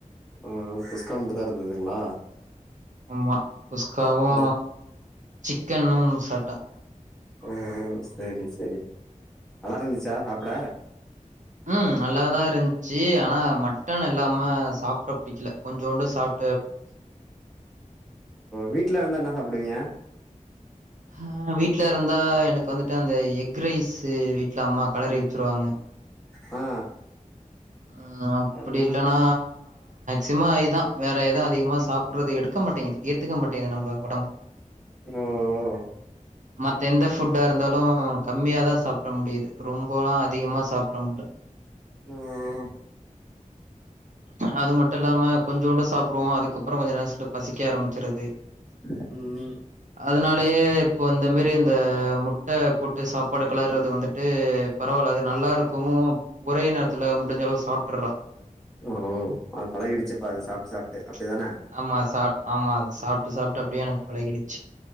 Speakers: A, in the centre; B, on the right.
A: ஆ குஸ்கா மட்டு தா இருந்ததுங்களா
B: ஆமா குஸ்காவு
A: ம்
B: சிக்கனும் சாப்ட்ட
A: ஓ செரி செரி நல்லா இருந்துச்சா சாப்பிட
B: ம் நல்லாதா இருந்துச்சு ஆனா மட்டன் இல்லாம சாப்பிட பிடிக்கல கொஞ்சோண்டு சாப்
A: வீட்ல வந்தா என்ன சாப்டுவீங்க
B: ஹ வீட்ல இருந்தா எனக்கு வந்துட்டு அந்த எக் ரைஸ் வீட்ல அம்மா கெளறி வச்சிருவாங்க
A: ஆ
B: ம் அப்டி
A: பாருங்களே
B: இல்லன்னா சிம்மாயிதா வேற ஏதாவ அதிகமா சாப்பிடடுறது எடுக்க மாட்டேங்குது ஏத்துக்க மாட்டேங்கது நம்ம உடம்பு
A: ஓ ஓ
B: மத்த எந்த ஃபுட்டா இருந்தாலு கம்மியாதா சாப்பிட முடியுது ரொம்ப எல்லா அதிகமா சாப்பிட முடில
A: ம் ம்
B: அது மட்டு இல்லாம கொஞ்சோண்டு சாப்புடுவோ அதுக்கப்புறோ கொஞ்ச நேரோ செண்டு பசிக்க ஆரம்பிச்சிருது
A: ம் ம்
B: அதனாலயே இப்போ இந்த மாரி இந்த முட்ட சாப்பாடு கலர்றது வந்துட்டு பெரவாயில்ல அது நல்லா இருக்கவு ஒரே நேரத்துல வ <unintelligible> சாப்ட்டுறா
A: ஓ அது பழகிடுச்சுப்பா அது
B: ச்
A: சாப்ட்டு சாப்ட்டு அப்டிதான
B: ஆமா அது சாப் ஆமா அது சாப்புட்டு சாப்புட்டு அப்டியே எனக்கு பழகிடுச்சு